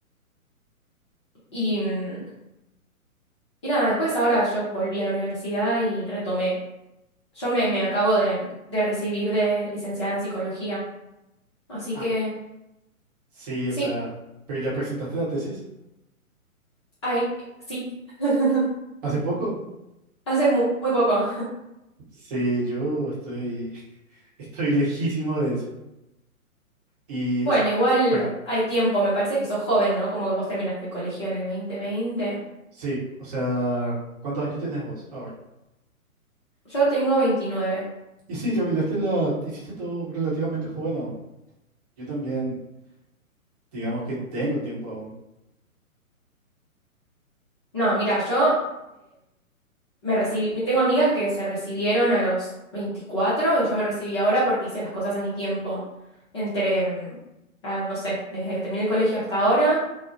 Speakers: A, on the left; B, on the right.
A: Y, mm, y nada, después ahora yo volví a la universidad y retomé. Yo me, me acabo de, de recibir de licenciada en psicología. Así
B: Ah,
A: que
B: sí,
A: sí,
B: o sea, pero ya presentaste la tesis
A: hay, sí, <laughs>
B: hace poco.
A: hace mu- muy, poco.
B: Sí, yo estoy... Estoy lejísimo de eso. Y,
A: Bueno, igual
B: espera,
A: hay tiempo, me parece que sos joven, ¿no? Como que vos terminaste el colegio en el 2020.
B: sí, o sea, ¿cuántos años tienes vos ahora?
A: Yo tengo veintinueve.
B: Y sí, terminaste la, hiciste todo relativamente joven aún. Yo también, digamos que tengo tiempo aún.
A: No, mira, yo me recibí, tengo amigas que se recibieron a los 24 y yo me recibí ahora porque hice las cosas a mi tiempo. Entre, mm, ah, no sé, desde que terminé el colegio hasta ahora,